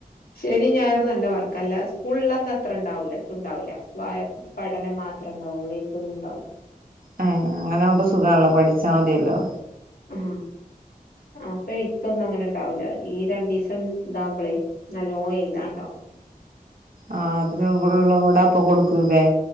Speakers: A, on the left (about 80°); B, on the right (about 70°).
A: ശെനി ഞായറും നല്ല വർക്കല്ല സ്കൂൾ ള്ളന്നത്രേ ണ്ടാവുലാ തുണ്ടാവൂല വായ പ്പട് ത്രെണ്ടാവുള്ളൂ ഇപ്പൊന്നുണ്ടാവൂല
B: ആ അങ്ങനാവുമ്പം സുഖാണല്ലോ പഠിച്ചാ മതിയല്ലോ
A: അഹാ അപ്പെ ഇപ്പൊന്നും അങ്ങനെണ്ടാവൂല ഈ രണ്ടിസം ഇതാവുമ്പളേ ന്നല്ലോ എയ്താണ്ടാവും
B: ആ അതിനും കൂടെള്ളതുംകൂടെ അപ്പ കൊടുക്കും <unintelligible> വെ